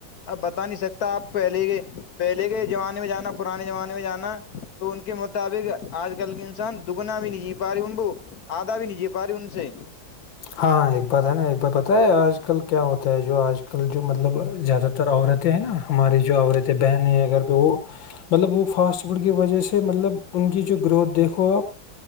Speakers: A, on the left (about 60°); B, on the left (about 80°).
A: اب بتا نہیں سکتا آپ پہلے کے پہلے کے زمانے میں جانا پرانے زمانے میں جانا تو ان کے مطابق آج کل کے انسان دگنا بھی نہیں جی پا رہی ابو آدا بھی نہیںی جے پا رہی ان سے
B: ہاں ایک بات ہے نا ایک بار پتا ہے آج کل کیا ہوتا ہے جو آج کل جو مطلب زیادہ عورتیں ہیں نا ہماری جو عورتیں بہنیں ہیںھر پہ وہ مطلب وہ فاسٹ فوڈ کی وجہ سے مطلب ان کی جو گروتھ دیکھو آپ